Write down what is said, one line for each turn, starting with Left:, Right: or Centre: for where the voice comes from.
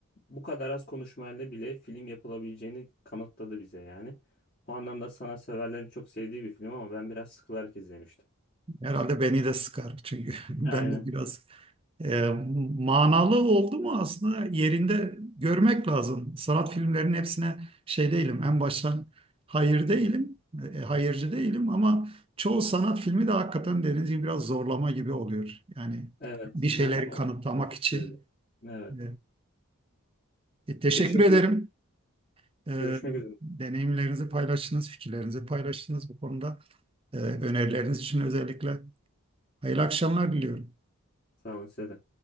Left: bu kadar az konuşmayla bile film yapılabileceğini kanıtladı bize yani. O anlamda sanatseverlerin çok sevdiği bir film ama ben biraz sıkılarak izlemiştim.
Right: Herhalde beni de sıkar çünkü <laughs> ben
Left: Aynen.
Right: de biraz E, manalı oldu mu aslında yerinde görmek lazım. Sanat filmlerinin hepsine şey değilim. En baştan hayır değilim, e, hayırcı değilim ama çoğu sanat filmi de hakikaten dediğiniz gibi biraz zorlama gibi oluyor. Yani
Left: Evet.
Right: bir şeyleri
Left: Ben o
Right: kanıtlamak
Left: sıkmıştı.
Right: için.
Left: beni. Evet.
Right: E, e, teşekkür
Left: Teşekkür
Right: ederim.
Left: ederim.
Right: E,
Left: Görüşmek üzere.
Right: deneyimlerinizi paylaştınız, fikirlerinizi paylaştınız bu konuda. E, önerileriniz için özellikle hayırlı akşamlar diliyorum.
Left: Sağ olun size de.